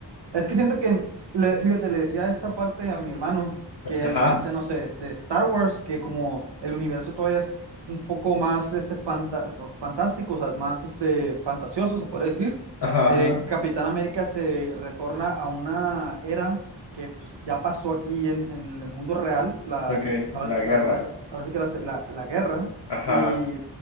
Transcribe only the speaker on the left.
Ajá,
ajá,
ajá.
Ok,
la guerra.
Ajá.